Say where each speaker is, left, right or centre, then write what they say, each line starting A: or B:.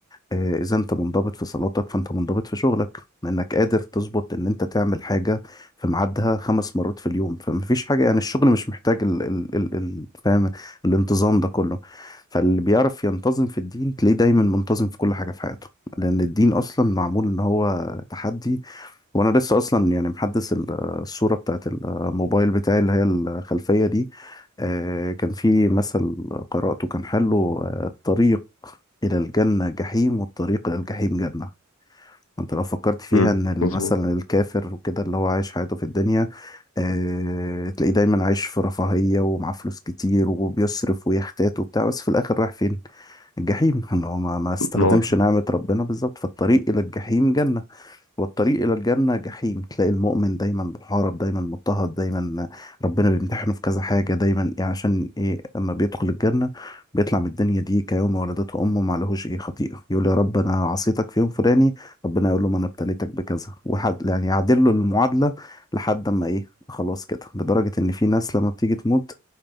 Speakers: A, on the left; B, on the left.
A: آه، اذا انت منضبط في صلاتك فانت منضبط في شغلك لانك قادر تظبط ان انت تعمل حاجه في ميعادها خمس مرات في اليوم فمفيش حاجه يعني الشغل مش محتاج ال ال ال ال فاهم الانتظام ده كله فاللي بيعرف ينتظم في الدين تلاقيه دايما منتظم في كل حاجه في حياته لان الدين اصلا معمول ان هو تحدي وانا لسه اصلا يعني محدث ال- الصوره بتاعت الموبايل بتاعي اللي هي الخلفيه دي آه، كان في مثل قرأته كان حلو آه، الطريق إلى الجنة جحيم والطريق إلى الجحيم جنة انت لو فكرت فيها
B: أمم،
A: ان ال-
B: مظبوط
A: مثلا الكافر وكده اللي هو عايش حياته في الدنيا اه تلاقيه دايما عايش في رفاهية ومعاه فلوس كتير وبيصرف ويحتاج وبتاع بس في الاخر رايح فين الجحيم ان هو ما, ما استخدمش
B: نار
A: نعمة ربنا بالظبط فالطريق الى الجحيم جنة والطريق إلى الجنة جحيم تلاقي المؤمن دايما محارب دايما مضطهد دايما ربنا بيمتحنه في كذا حاجة دايما يعني عشان إيه أما بيدخل الجنة بيطلع من الدنيا دي كيوم ولدته أمه ما لهوش إيه خطيئة يقول يا رب أنا عصيتك في يوم فلاني ربنا يقول له ما أنا ابتليتك بكذا وحد يعني يعدل له المعادلة لحد أما إيه خلاص كده لدرجة إن في ناس لما بتيجي تموت